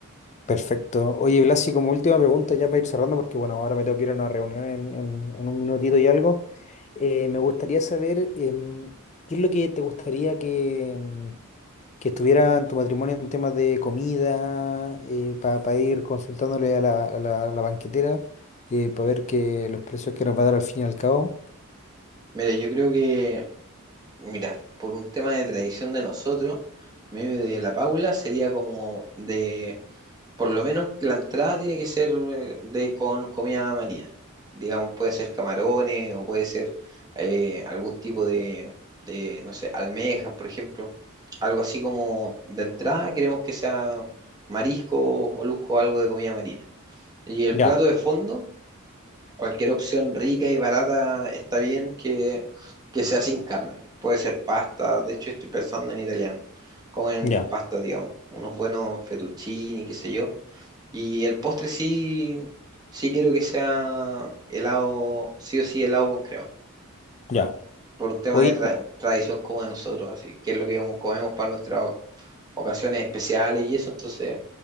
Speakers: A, on the left; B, on the right.
A: Perfecto. Oye, Blasi, como última pregunta, ya para ir cerrando, porque bueno, ahora me tengo que ir a una reunión en, en- en un minutito y algo. eh, me gustaría saber em, qué es lo que te gustaría que, em, que estuviera en tu matrimonio en temas de comida, para ir consultándole a la, a la- a la banquetera, para ver que los precios que nos va a dar al fin y al cabo.
B: Mira, yo creo que, mira, por un tema de tradición de nosotros, medio de la Paula sería como de Por lo menos la entrada tiene que ser eh, de con comida marina. Digamos, puede ser camarones o puede ser eh, algún tipo de, de, no sé, almejas, por ejemplo. Algo así como de entrada queremos que sea marisco, molusco, algo de comida marina. Y el
A: Ya,
B: plato de fondo, cualquier opción rica y barata está bien que, que sea sin carne. Puede ser pasta, de hecho estoy pensando en italiano, como en
A: ya,
B: pasta, digamos, unos buenos fettuccini, qué sé yo y el postre sí, sí quiero que sea helado, sí o sí helado con crema,
A: ya.
B: por un tema
A: Oye,
B: de tra- tradición como de nosotros, así que es lo que como comemos para nuestras ocasiones especiales y eso, entonces